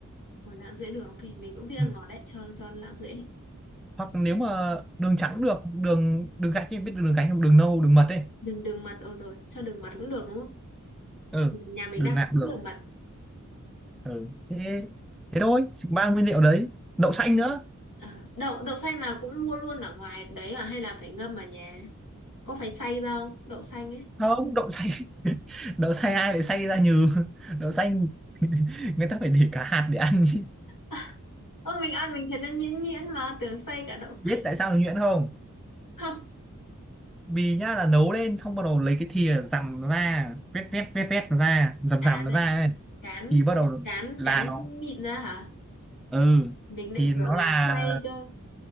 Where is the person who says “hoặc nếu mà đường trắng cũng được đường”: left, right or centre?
Centre